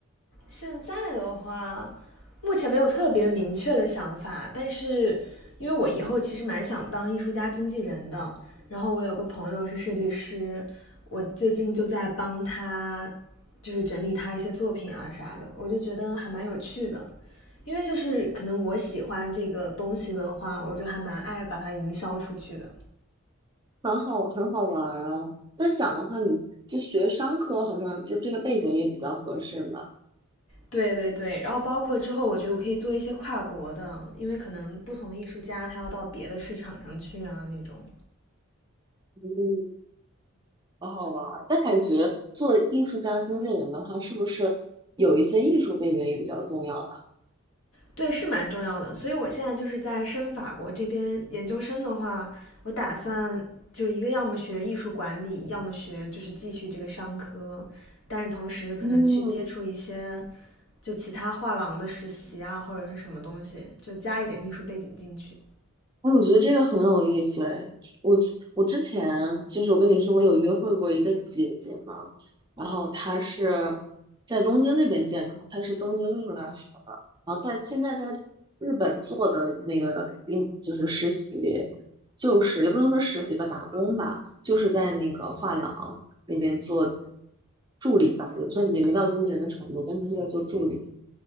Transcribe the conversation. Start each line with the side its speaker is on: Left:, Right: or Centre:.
Left: 现在的话，目前没有特别明确的想法，但是因为我以后其实蛮想当艺术家经纪人的，然后我有个朋友是设计师，我最近就在帮他，就是整理他一些作品啊啥的，我就觉得还蛮有趣的，因为就是可能我喜欢这个东西的话，我就还蛮爱把它营销出去的。
Right: 很好玩，很好玩儿啊！但想的话，你就学商科，好像就这个背景也比较合适嘛。
Left: 对对对，然后包括之后，我觉得我可以做一些跨国的，因为可能不同艺术家他要到别的市场上去啊那种。
Right: 嗯，好好玩儿。但感觉做艺术家、经纪人的话，是不是有一些艺术背景也比较重要呀？
Left: 对，是蛮重要的。所以我现在就是在申法国这边研究生的话，我打算就一个要么学艺术管理，要么学就是继续这个商科，但是同时可能去接触一些
Right: 嗯，
Left: 就其他画廊的实习啊，或者是什么东西，就加一点艺术背景进去。
Right: 哎，我觉得这个很有意思哎。我我之前就是我跟你说，我有约会过一个姐姐嘛，然后她是
Left: 嗯，
Right: 在东京这边见的嘛她是东京艺术大学的，然后在现在在日本做的那个嗯就是实习，就是也不能说实习吧，打工吧，就是在那个画廊那边做助理吧，也不算也没到经纪人的程度，但是是在做助理，